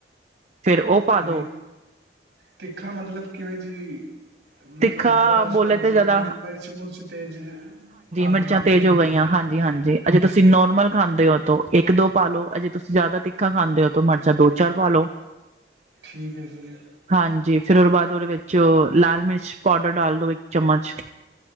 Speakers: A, on the right; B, on the right.
A: ਫੇਰ ਉਹ ਪਾ
B: ਨਈ,
A: ਦੋ
B: ਤਿੱਖਾ ਮਤਲਬ ਕਿਵੇਂ ਜੀ ਮਤਲਬ
A: ਤਿੱਖਾ
B: ਥੋੜਾ
A: ਬੋਲੇ
B: ਸਪਾਈਸੀ
A: ਤੇ ਜ਼ਿਆਦਾ
B: ਮਿਰਚ ਮੁਰਚ ਤੇਜ਼ ਪਾਣੀ
A: ਮਿਰਚਾਂ
B: ਐ ਥੋੜ੍ਹੀ
A: ਤੇਜ਼ ਹੋ ਗਈਆਂ ਹਾਂਜੀ ਅਜੇ ਤੁਸੀਂ ਨੋਰਮਲ ਖਾਂਦੇ ਔ ਉੱਥੋਂ ਇੱਕ ਦੋ ਪਾਲੋ ਅਜੇ ਤੁਸੀਂ ਜ਼ਿਆਦਾ ਤਿੱਖਾ ਖਾਂਦੇ ਔ ਤੋ ਮਿਰਚਾਂ ਦੋ ਚਾਰ ਪਾ ਲਓ।
B: ਠੀਕ ਐ ਜੀ
A: ਹਾਂਜੀ ਫੇਰ ਉਹਦੇ ਬਾਦ ਉਹਦੇ ਵਿੱਚ ਲਾਲ ਮਿਰਚ ਪਾਊਡਰ ਡਾਲ ਦੋ ਇੱਕ ਚਮਚ,